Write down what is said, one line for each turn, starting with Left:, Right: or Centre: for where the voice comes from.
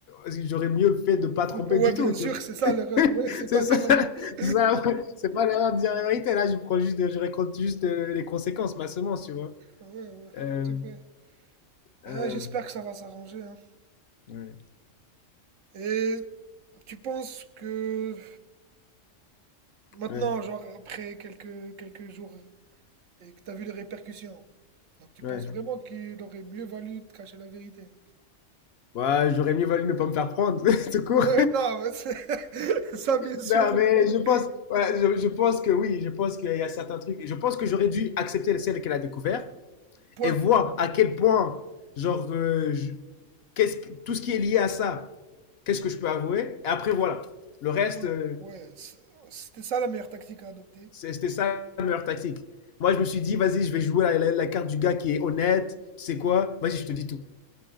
Left: c'est- j'aurais mieux fait de pas tromper
Right: Faut pas- Ouais,
Left: du
Right: bien
Left: tout, tu
Right: sûr,
Left: vois.
Right: c'est ça l'erreur.
Left: <laughs>
Right: Ouais, c'est
Left: C'est
Right: pas
Left: ça,
Right: dire la vérité.
Left: c'est ça, c'est pas l'erreur de dire la vérité. Là, je prends juste, je raconte juste euh, les conséquences, ma semence, tu vois.
Right: Ah Ouais, ouais,
Left: Euh,
Right: c'est vrai. Ah,
Left: euh,
Right: j'espère que ça va s'arranger, hein.
Left: ouais,
Right: Et tu penses que maintenant,
Left: ouais,
Right: genre après quelques quelques jours et que t'as vu les répercussions, Donc tu
Left: ouais.
Right: penses vraiment qu'il aurait mieux valu de cacher la vérité?
Left: Ouais, j'aurais mieux valu ne pas me faire prendre, <laughs> tout court.
Right: Ouais, non, mais c'est- <laughs> ça bien sûr,
Left: Non, mais
Right: on est d'accord.
Left: je pense, voilà, je, je pense que oui, je pense qu'il y a certains trucs. Je pense que j'aurais dû accepter celle qu'elle a découvert
Right: Point.
Left: et voir à quel point, genre, euh, je- qu'est-ce tout ce qui est lié à ça, qu'est-ce que je peux avouer Et après, voilà. Le reste,
Right: Point.
Left: euh,
Right: Ouais, c'est- c'était ça la meilleure tactique à adopter.
Left: c'était ça la meilleure tactique. Moi, je me suis dit, vas-y, je vais jouer la, la- la carte du gars qui est honnête. Tu sais quoi Vas-y, je te dis tout.